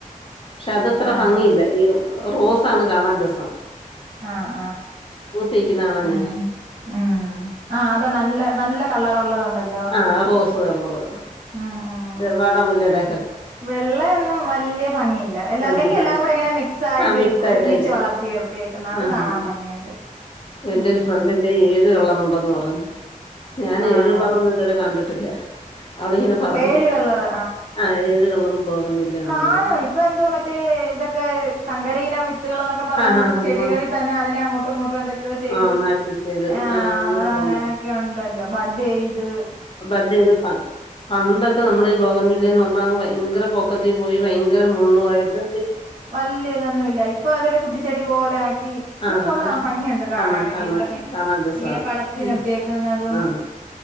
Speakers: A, on the left (about 40°); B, on the right (about 65°).
A: പക്ഷെ അതത്ര
B: ആഹ്
A: ഭംഗിയില്ല ഈ റോസാണ് കാണാൻ രസം.
B: ആഹ്
A: പൂത്തിക്കുന്ന കാണാനേ
B: ആഹ് ഉം ആഹ് അത നല്ല നല്ല കളറുള്ളതുണ്ടല്ലോ.
A: ആഹ് റോസ് കളറ്
B: ഉം ഉം
A: വാടാമുല്ലടെ.
B: വെള്ളയൊന്നും വല്യ ഭംഗിയില്ല എല്ല
A: വല്യ
B: അല്ലെങ്കി
A: ഭംഗി
B: എല്ലാം കൂടി ഇങ്ങനെ മിക്സായിട്ട്.
A: ആഹ് മിക്സ്
B: ഒരുമിച്ച്
A: ആയിട്ട് നിക്കുന്നെ
B: വളർത്തിയർത്തിയേക്കുന്ന അത്
A: ആഹ്
B: കാണാൻ ഭംഗിയുണ്ട്.
A: എന്റെ
B: ഉം
A: ഒര് ഫ്രണ്ട്ന് ഏഴ് കളറുണ്ടെന്ന് പറഞ്ഞു. ഞാൻ
B: ആഹ്
A: ഏഴ് കളറൊന്നും ഇതുവരെ കണ്ടിട്ടില്ല. അവളിങ്ങനെ പറഞ്ഞിട്ടാ
B: ഏഴ് കളറ്
A: ആഹ് ഏത് കളറും ബോഗൻ വില്ലയ ഉണ്ടെന്നോ
B: കാണും ഇപ്പൊ എന്തോ മറ്റേ ഇതൊക്കെ സങ്കര ഇനം വിത്തുകൾ എന്നൊക്കെ പറയുന്നൂട്ട്
A: ആ ഹാ ഹാ
B: ചെടികളിൽ
A: വാ.
B: തന്നെ അതിനെ അങ്ങോട്ടും ഇങ്ങോട്ടും എന്തൊക്കെയോ ചെയ്ത്
A: ആ മാറ്റി ചെയ്ത്
B: ആഹ്
A: ആ തന്നു.
B: അങ്ങനെ ക്കെയുണ്ടല്ലോ ബഡെയ്ത്
A: ബഡ് ചെയ്തപ പണ്ടൊക്കെ നമ്മൾ
B: ആഹ്
A: ഈ ബോഗൻ വില്ലേന്ന് പറഞ്ഞാങ്ങ് ഭയങ്കരപൊ ക്കത്തി പോയി ഭയങ്കര മുള്ളുവായിട്ട്.
B: വല്യ ഇതൊന്നുംല്ല ഇപ്പൊ അതല്ല കുറ്റിച്ചെടി പോലെ ആക്കി ക്ഷെ
A: ആ
B: കൊള്ളാം
A: പക്ഷെ
B: ഭംഗിയുണ്ട് കാണാന്
A: കാണാ കാണാ
B: വീടിന്റെ ഫ്രണ്ട്
A: കാണാൻ രസമാണ്
B: ഇങ്ങനെ പടർത്തി നിർത്തിയേക്കുന്നതും.
A: ആ